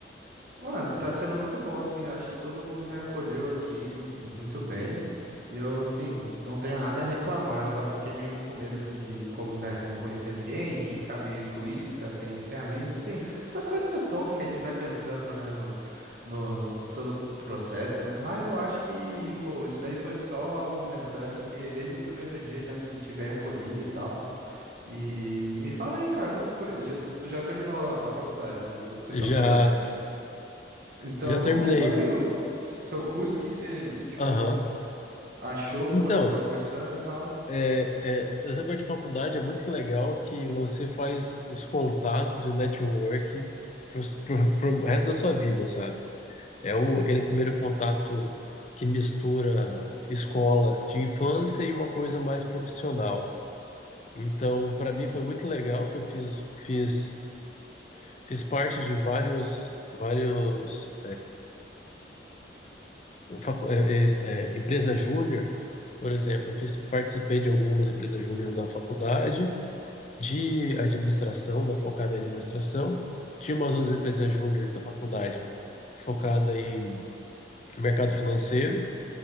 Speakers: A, on the right (about 50°); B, on the left (about 40°).
A: Mano, tá sendo muito bom, assim. Eu acho que todo mundo me acolheu aqui muito bem. E eu, assim, não tenho nada a reclamar, sabe? Fiquei meio com medo, assim, de como, né, não conhecer ninguém, de ficar meio excluído, ficar sem, sem amigos, assim. Essas coisas tontas que a gente vai pensando, né, no, no, em todo o processo, né? Mas eu acho que, pô, isso daí foi só algo momentâneo, porque desde o primeiro dia já me senti bem acolhido e tal. E me fala aí, cara, como que foi? Já- Tu já terminou a faculdade, né? Pelo que você
B: Já,
A: tá falando. Então,
B: já terminei.
A: como que foi o s- seu curso? O que que você, tipo,
B: Aham.
A: achou
B: Então,
A: quando você estava cursando e tal?
B: é, é, essa coisa de faculdade é muito legal que você faz os contatos e o network pro, pro, pro resto da sua vida, sabe? É o, aquele primeiro contato que mistura escola de infância e uma coisa mais profissional. Então, para mim foi muito legal que eu fiz, fiz, fiz parte de vários, vários eh, facu- eh, eh, eh, empresa júnior, por exemplo, eu fiz, participei de algumas empresas júnior na faculdade, de administração, na focada em administração, tinha umas outras empresas júnior da faculdade focada em mercado financeiro,